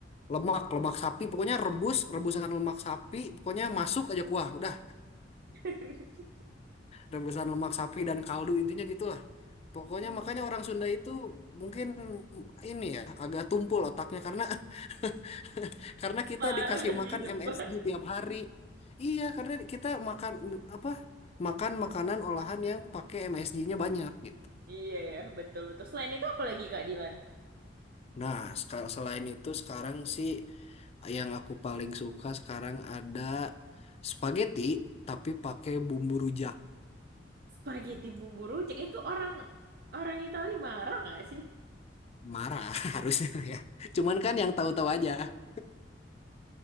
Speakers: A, on the left (about 35°); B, on the right (about 55°).
A: Lemak, lemak sapi, pokoknya rebus, rebusan lemak sapi, pokoknya masuk aja kuah, udah
B: <laughs>
A: rebusan lemak sapi dan kaldu intinya gitulah. Pokoknya
B: Hmm,
A: makanya orang Sunda itu mungkin ini ya agak tumpul otaknya karena <laughs> <laughs> Karena kita
B: parah
A: dikasih makan
B: sih sumpah.
A: MSG tiap hari. Iya, karena kita makan apa? Makan makanan olahan yang pakai MSG-nya banyak gitu.
B: Iya ya, betul betul. Selain itu apa lagi Kak Dilan?
A: Nah, seka- selain itu sekarang sih yang aku paling suka sekarang ada spaghetti tapi pakai bumbu rujak.
B: Spaghetti bumbu rujak itu orang orang Itali marah nggak sih?
A: Marah <laughs> harusnya ya. Cuman kan yang tahu-tahu aja.